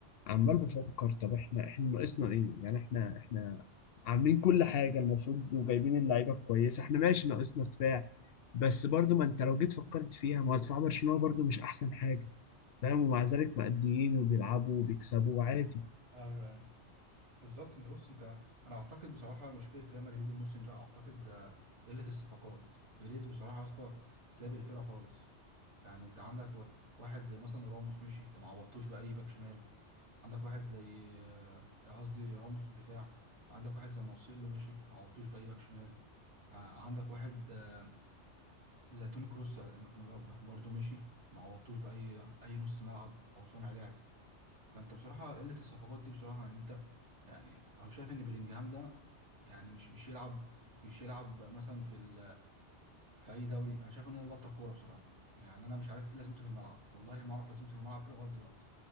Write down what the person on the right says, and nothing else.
بالظبط
ايوه ايوه بالظبط انت بص انت انا اعتقد بصراحه مشكله ريال مدريد الموسم ده اعتقد آه، قله الصفقات بيريز بصراحه يا اسطى ساب الفرقه خالص يعني انت عندك و- واحد زي مثلا راموس مشي انت ما عوضتوش باي باك شمال عندك واحد زي آه، قصدي راموس الدفاع عندك واحد زي مارسيلو مشي ما عوضتوش باي باك شمال آه، عندك واحد آه، زي توني كروس آه، برضه مشي ما عوضتوش باي اي نص ملعب او صانع لعب فانت بصراحه قله الصفقات دي بصراحه يعني انت يعني او شايف ان بلينجهام ده يعني مش مش يلعب مش يلعب مثلا في ال- في اي دوري انا شايف انه يبطل كوره بصراحه يعني انا مش عارف ايه لازمته في الملعب والله ما اعرف لازمته في الملعب إيه لغايه دلوقتي